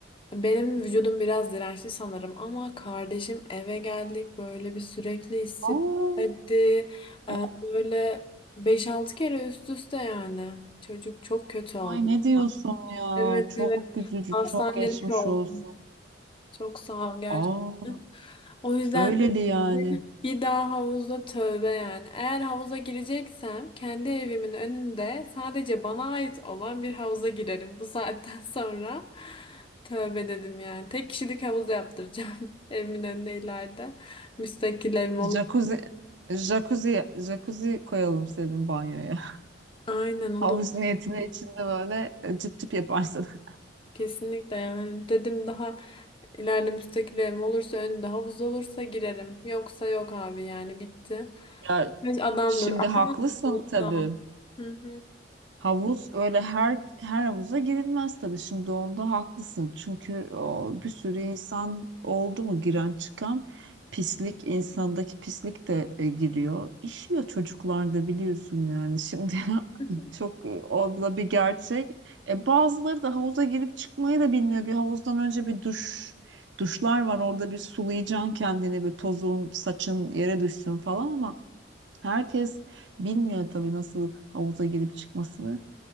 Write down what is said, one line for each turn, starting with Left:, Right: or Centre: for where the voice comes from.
Left: Benim vücudum biraz dirençli sanırım. Ama kardeşim eve geldik. Böyle bir sürekli hissetti.
Right: Aa, o
Left: Ee, böyle beş altı kere üst üste yani. Çocuk çok kötü oldu.
Right: Ay ne diyorsun ya?
Left: Evet
Right: Çok
Left: evet.
Right: üzücü,
Left: Hastanelik
Right: çok geçmiş
Left: oldu.
Right: olsun.
Left: Çok sağ ol gerçekten.
Right: Aa,
Left: O yüzden
Right: öyleli
Left: de
Right: yani.
Left: bir daha havuza tövbe yani. Eğer havuza gireceksem kendi evimin önünde sadece bana ait olan bir havuza girerim. Bu saatten <laughs> sonra tövbe dedim yani. Tek kişilik havuz yaptıracağım <laughs> evimin önüne ileride. Müstakil evim olur.
Right: Jacuzzi, jacuzzi, jacuzzi koyalım senin banyoya.
Left: Aynen
Right: <laughs>
Left: o
Right: Havuz
Left: da olur.
Right: niyetine içinde böyle e, cıp cıp yaparsın. <laughs>
Left: kesinlikle yani. Dedim daha ileride müstakil evim olursa önünde havuz olursa girerim. Yoksa yok abi yani bitti.
Right: Ya
Left: Adamdır.
Right: şimdi
Left: Akıllı
Right: haklısın tabii.
Left: da. Hı
Right: Havuz öyle her her havuza girilmez tabii. Şimdi onda haklısın. Çünkü o, bir sürü insan oldu mu giren çıkan pislik insandaki pislik de e, giriyor. İşiyor çocuklarda biliyorsun yani. Şimdi <laughs>
Left: hı.
Right: çok e, o da bir gerçek. E, bazıları da havuza girip çıkmayı da bilmiyor. Bir havuzdan önce bir duş duşlar var. Orada bir sulayacaksın kendini bir tozun, saçın yere düşsün falan ama herkes bilmiyor tabii nasıl havuza girip çıkmasını.